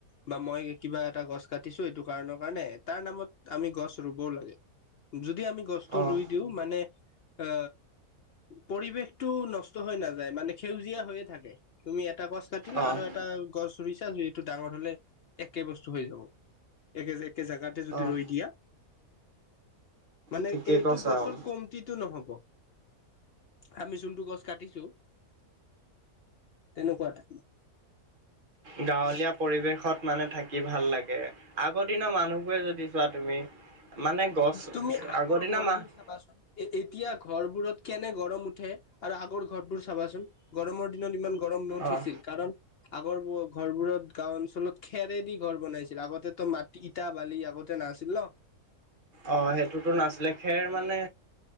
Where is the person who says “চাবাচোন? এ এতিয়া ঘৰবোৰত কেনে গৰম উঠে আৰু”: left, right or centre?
Left